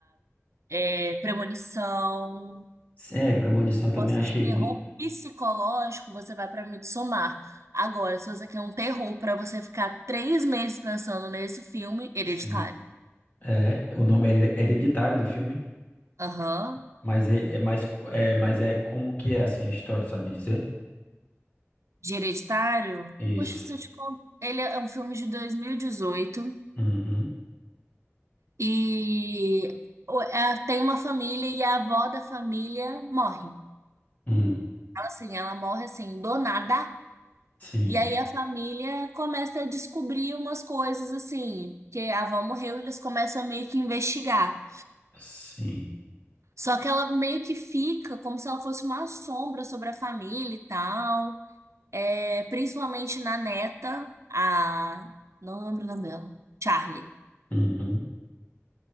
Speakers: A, on the right; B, on the left.
A: é, Premonição.
B: É, Premonição eu também
A: Gosta
B: achei
A: de terror
B: muito,
A: psicológico, você vai pra Midsommar. Agora, se você quer um terror pra você ficar três meses pensando nesse filme, Hereditário.
B: assim, é, o nome é hereditário do filme.
A: Aham.
B: Mas é, é mais, co- é, mas é como que é assim a história, sabe dizer?
A: De Hereditário?
B: Isso.
A: Poxa, se eu te conto. Ele é um filme de 2018.
B: Uhum.
A: E o- ela tem uma família e a avó da família morre.
B: Hum.
A: Ela, assim, ela morre assim, do nada.
B: Sim.
A: E aí a família começa a descobrir umas coisas assim, que a avó morreu, eles começam a meio que investigar.
B: Sim.
A: Só que ela meio que fica como se ela fosse uma sombra sobre a família e tal. É, principalmente na neta, a. Não lembro o nome dela. Charlie.
B: Uhum.